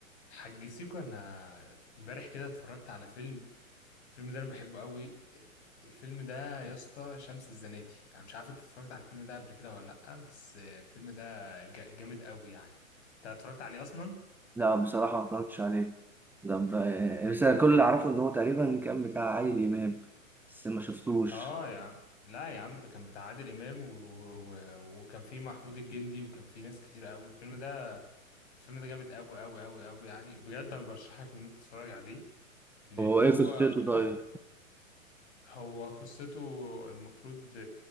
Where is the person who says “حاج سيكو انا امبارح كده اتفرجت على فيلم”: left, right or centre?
Left